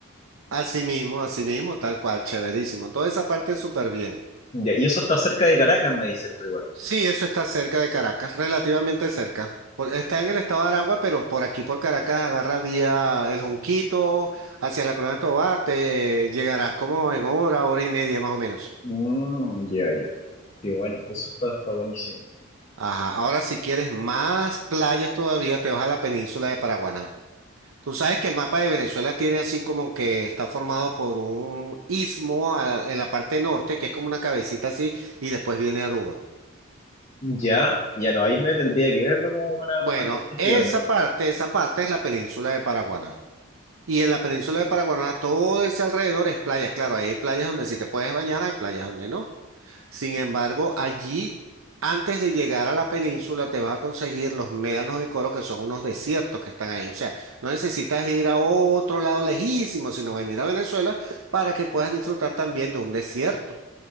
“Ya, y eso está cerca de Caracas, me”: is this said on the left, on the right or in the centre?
Left